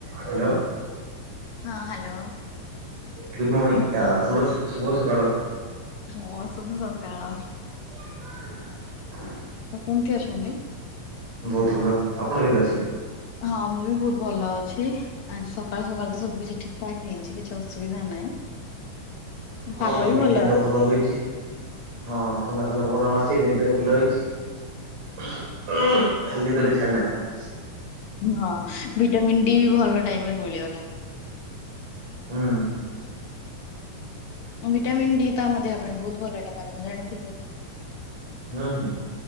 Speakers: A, on the right; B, on the left.
A: Hello.
B: ହଁ, hello.
A: Good morning, ଆ ଶୁଭ ଶୁଭ ସକାଳ।
B: ହଁ, ଶୁଭ ସକାଳ।
A: <unintelligible>
B: ଆଉ କେମିତି ଅଛନ୍ତି?
A: ବହୁତ ଭଲ, ଆପଣ କେମିତି ଅଛନ୍ତି?
B: ହଁ ମୁଁ ବି ବହୁତ ଭଲ ଅଛି, ଆଜି ସକାଳୁ ସକାଳୁ ତ ସବୁ କିଛି ଠିକ୍ ଠାକ୍ ହେଇଚି କିଛି ଅସୁବିଧା ନାହିଁ,
A: ମୋର
B: ପାଗ ବି ଭଲ
A: ନିଦ
B: ଅଛି।
A: ହୋଇଛି। ହଁ, ଥଣ୍ଡା ଥଣ୍ଡା ପବନ ମାଡ କି ନିଦ ଭଲ ହେଇଚି, ଖାଲି ନିଦଟେ ଛାଡିନାହିଁ ତ।
B: ହଁ, ଭିଟାମିିନ ଡି ବି ଭଲ ଟାଇମ୍ ରେ ମିଳିଗଲା।
A: ହୁଁ।
B: ଭିଟାମିନ୍ ଡି ତ ଆମ ଦେହ ପାଇଁ ବହୁତ ଭଲ, ଏଇଟା ତ ଆପଣ ଜାଣିଥିବେ?
A: ହୁଁ ହୁଁ,